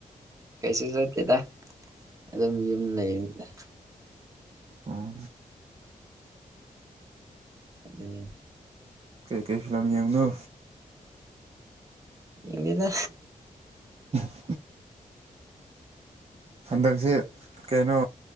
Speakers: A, on the right; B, on the right.
A: ꯀꯩꯁꯨ ꯆꯠꯇꯦꯗ ꯑꯗꯨꯝ ꯌꯨꯝ ꯂꯩꯅꯤꯗ
B: ꯑꯣ
A: ꯑꯗꯨ
B: ꯀꯩꯀꯩ ꯐꯤꯂꯝ ꯌꯦꯡꯕꯅꯣ
A: ꯌꯦꯡꯗꯦꯗ
B: ꯎ <inaudible> ꯍꯟꯗꯛꯁꯤ ꯀꯩꯅꯣ